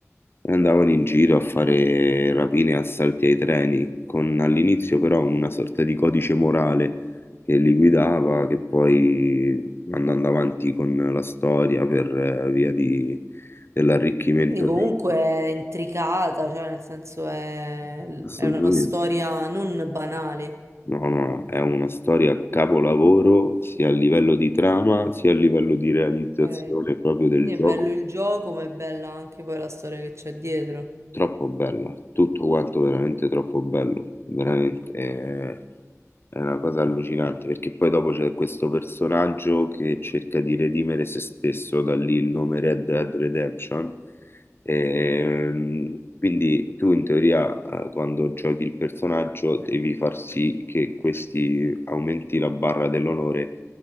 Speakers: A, on the left (about 45°); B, on the right (about 60°).
A: e andavano in giro a fare rapine e assalti ai treni, con all'inizio però una sorta di codice morale che li guidava, che poi andando avanti con la storia per eh, via di- dell'arricchimento
B: Quindi comunque
A: dei...
B: è intricata, cioè nel senso è,
A: Assolutamente.
B: è una storia non banale.
A: No, no, è una storia capolavoro sia a livello di trama sia a livello di realizzazione
B: Ok.
A: proprio del
B: Quindi
A: gioco.
B: è bello il gioco, ma è bella anche poi la storia che c'è dietro.
A: Troppo bella, tutto quanto veramente troppo bello, veramente. eh, È una cosa allucinante perché poi dopo c'è questo personaggio che cerca di redimere se stesso, da lì il nome Red Dead Redemption. Ehm, quindi tu in teoria eh, quando giochi il personaggio devi far sì che questi aumenti la barra dell'onore